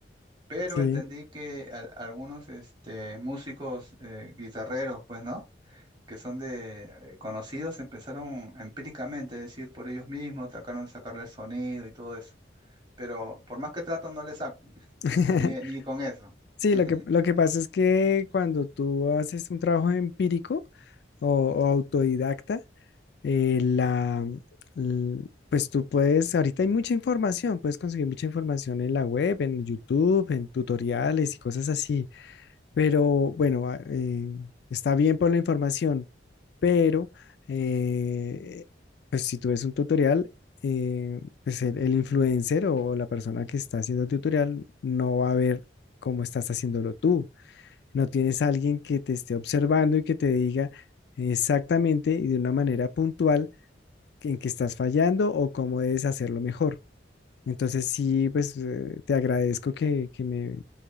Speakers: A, on the right; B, on the left.
A: pero
B: sí.
A: entendí que al- algunos, este, músicos, eh, guitarreros, pues, ¿no? Que son de eh, conocidos, empezaron empíricamente, es decir, por ellos mismos, trataron de sacarle el sonido y todo eso pero por más que trato no le saco.
B: <clears throat>
A: <laughs> Ni, ni
B: <laughs>
A: con eso.
B: Sí,
A: <laughs>
B: lo que, lo que pasa es que cuando tú haces un trabajo empírico o, o autodidacta, eh, la, l- pues tú puedes, ahorita hay mucha información, puedes conseguir mucha información en la web, en YouTube, en tutoriales y cosas así. Pero bueno, a- eh, está bien por la información, pero eh, pues si tú ves un tutorial, eh, pues el, el influencer o la persona que está haciendo el tutorial no va a ver cómo estás haciéndolo tú. No tienes a alguien que te esté observando y que te diga exactamente y de una manera puntual en qué estás fallando o cómo debes hacerlo mejor. Entonces sí, pues eh, te agradezco que, que me